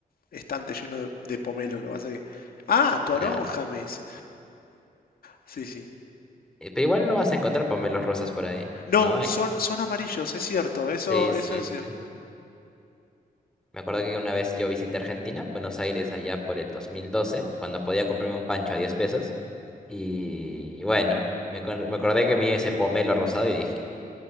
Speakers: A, on the left; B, in the centre.
A: estante lleno de, de pomelos, lo que pasa que- Ah, toronja,
B: Claro.
A: me dice. Sí, sí.
B: Eh, Pero igual no vas a encontrar pomelos rosas por ahí.
A: No,
B: No hay.
A: son, son amarillos, es cierto, eso,
B: Sí,
A: eso
B: sí,
A: es
B: sí.
A: cierto.
B: Me acuerdo que una vez yo visité Argentina, Buenos Aires, allá por el 2012, cuando podía comprarme un pancho a 10 pesos. Y bueno, me, acor- me acordé que vi ese pomelo rosado y dije,